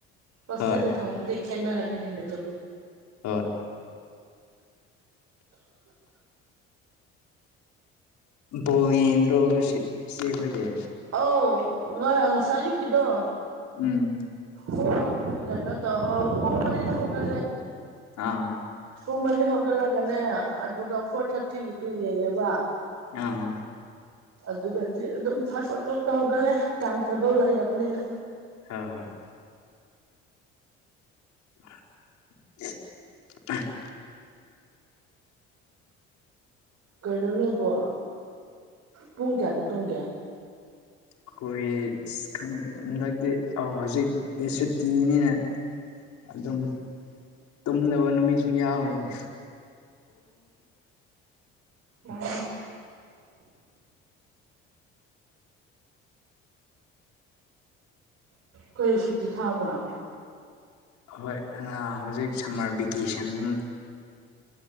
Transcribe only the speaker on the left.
ꯍꯣꯏ
ꯍꯣꯏ ꯐꯣ ꯌꯦꯟ꯭ꯔꯣꯒ ꯁꯤꯕꯖꯦ
ꯎꯝ
ꯑꯥ
ꯑꯥ
ꯍ ꯍꯣꯏ <inaudible>
ꯑꯩꯈꯣꯏ ꯈꯦ ꯍꯟꯗꯛꯇꯤ ꯑ ꯍꯧꯖꯤꯛꯇꯤ ꯁꯨꯇꯤꯅꯤꯅꯦ ꯑꯗꯨꯝ ꯇꯨꯝꯗꯕ ꯅꯨꯃꯤꯠꯁꯨ ꯌꯥꯎꯋꯦꯅꯦ
ꯑꯍꯣꯏ ꯍꯧꯖꯤꯛ ꯁꯝꯃꯔ ꯚꯦꯀꯦꯁꯟ ꯑꯗꯨꯝ